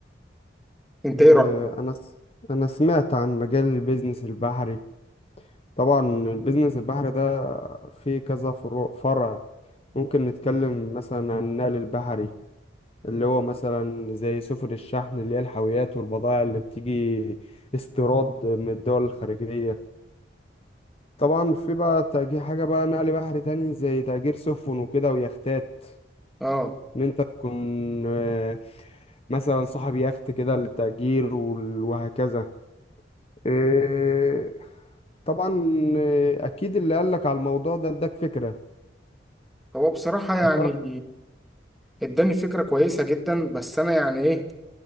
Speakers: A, in the centre; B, on the left.
A: انت
B: آه،
A: ايه رأيك
B: انا س... انا سمعت عن مجال البيزنس البحري طبعا البيزنس البحري ده فيه كذا فروع فرع ممكن نتكلم مثلا عن النقل البحري اللي هو مثلا زي سفن الشحن اللي هي الحاويات والبضائع اللي بتيجي استيراد من الدول الخارجية طبعا في بقى تأجير حاجة بقى نقل بحري تاني زي تأجير سفن وكده ويختات
A: اه
B: ان انت تكون آه، مثلا صاحب يخت كده للتأجير وال- وهكذا إيه، طبعا إيه، اكيد اللي قالك على الموضوع ده اداك فكرة
A: هو بصراحة يعني
B: قطر
A: اداني فكرة كويسة جدا بس انا يعني ايه